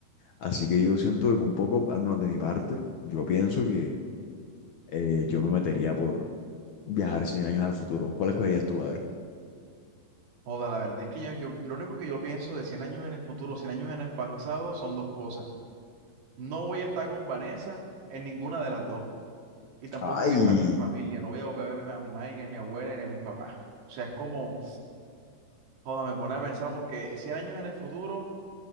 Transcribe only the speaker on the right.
Joda, la verdad es que yo, yo- lo único que yo pienso de 100 años en el futuro, 100 años en el pasado son dos cosas. No voy a estar con Vanessa en ninguna de las dos. Y tampoco
voy a estar con mi familia, no voy a volver a ver a mi, a mi madre, ni a mi abuela, ni a mis papás. O sea, es como, joda, me pone a pensar porque 100 años en el futuro.